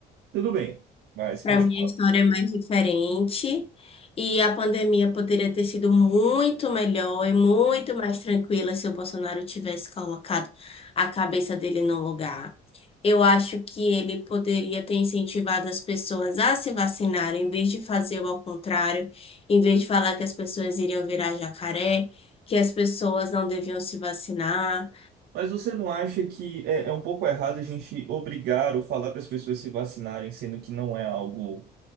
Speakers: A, on the right; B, on the left.
A: Tudo bem, mas
B: Para
A: continua.
B: mim, a história é mais diferente e a pandemia poderia ter sido muito melhor e muito mais tranquila se o Bolsonaro tivesse colocado a cabeça dele no lugar. Eu acho que ele poderia ter incentivado as pessoas a se vacinarem, em vez de fazer o ao contrário, em vez de falar que as pessoas iriam virar jacaré, que as pessoas não deviam se vacinar.
A: Mas você não acha que é, é um pouco errado a gente obrigar ou falar para as pessoas se vacinarem, sendo que não é algo